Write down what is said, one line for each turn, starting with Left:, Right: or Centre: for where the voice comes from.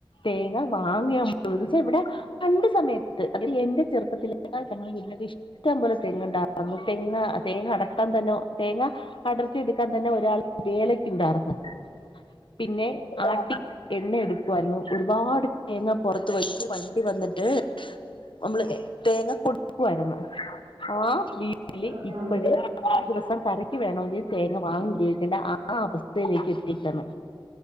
Left: തേങ്ങ വാങ്ങിയാ <unintelligible> പണ്ട് സമയത്ത് അത് എന്റെ ചെറുപ്പത്തിലേക്കാ ഞങ്ങൾ വീട്ടിലെയൊക്കെ ഇഷ്ടമ്പോ ഇഷ്ടപോലെ തെങ്ങ് ഉണ്ടാരുന്നു തെങ്ങ് തേങ്ങ അടത്താൻ തന്നെ തേങ്ങ അടർത്തി എടുക്കാൻ തന്നെ ഒരാൾ വേലക്ക ഉണ്ടാർന്ന് പിന്നെട്ട
Right: ആ ആ
Left: ആട്ടി എണ്ണി എടുക്കുവായിരുന്നു ഒരുപാട് തേങ്ങ പുറത്തുവെച്ചു വണ്ടി വന്നിട്ട് നമ്മള് തേങ്ങ കൊടുക്കുവരുന്നു ആ വീട്ടില്
Right: ആ
Left: ഇപ്പഴേ
Right: ആ ആ
Left: ഒരു ദിവസം കരക്ക് വേണമെങ്കിൽ തേങ്ങ വാങ്ങൻ ഉപയോഗിക്കേണ്ട ആ അവസ്ഥയിലേക്ക് എത്തിട്ടാണ്.